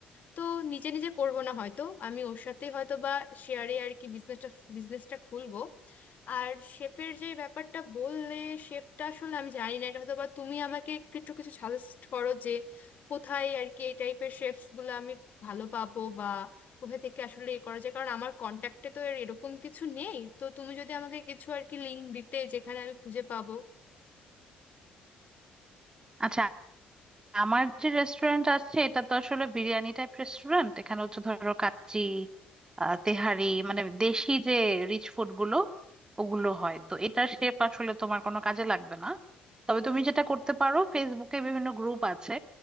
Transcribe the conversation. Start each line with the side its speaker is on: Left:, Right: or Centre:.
Left: তো নিজে নিজে করব না হয়তো আমি ওর সাথে হয়তো বা শেয়ারে আর কি বিজনেসটা বিজনেসটা খুলবো আর শেফের যে ব্যাপারটা বললে শেফটা আসলে আমি জানি না এটা হয়তো বা তুমি আমাকে একটু কিছু সাজেস্ট করো যে কোথায় আর কি এই টাইপের শেফস গুলো আমি ভালো পাবো বা কোথা থেকে আসলে এ করা যায় কারণ আমার কন্ট্যাক্টে তো এর এরকম কিছু নেই তো তুমি যদি আমাকে কিছু আর কি লিঙ্ক দিতে যেখানে আমি খুঁজে পাবো
Right: আচ্ছা আমার যে রেস্টুরেন্ট আছে এটা তো আসলে বিরিয়ানি টাইপ রেস্টুরেন্ট এখানে হচ্ছে ধরো কাচ্চি আহ, তেহারি মানে দেশি যে রিচ ফুড গুলো ওগুলো হয় তো এটার শেপ আসলে তোমার কোনো কাজে লাগবে না তবে তুমি যেটা করতে পারো ফেসবুকে বিভিন্ন গ্রুপ আছে